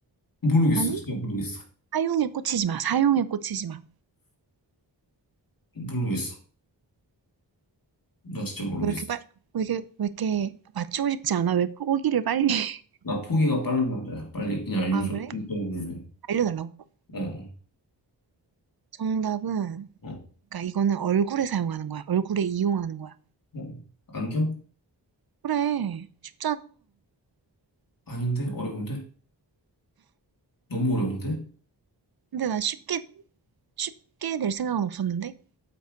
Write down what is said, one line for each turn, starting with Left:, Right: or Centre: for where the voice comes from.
Left: 모르겠어.
Right: 아니?
Left: 진짜 모르겠어.
Right: 사용에 꽂히지 마. 사용에 꽂히지 마.
Left: 모르겠어. 나 진짜 모르겠어.
Right: 왜 이렇게 빨, 왜 이렇게, 왜 이렇게 맞추고 싶지 않아? 왜 포기를 빨리. <laughs>
Left: 나 포기가 빠른 남자야. 빨리 그냥 알려줘.
Right: 아, 그래?
Left: 진짜 모르네.
Right: 알려달라고?
Left: 어,
Right: 정답은,
Left: 어,
Right: 그러니까 이거는 얼굴에 사용하는 거야. 얼굴에 이용하는 거야.
Left: 어. 안경?
Right: 그래. 쉽잖아.
Left: 아닌데? 어려운데? 너무 어려운데?
Right: 근데 나 쉽게 쉽게 낼 생각은 없었는데?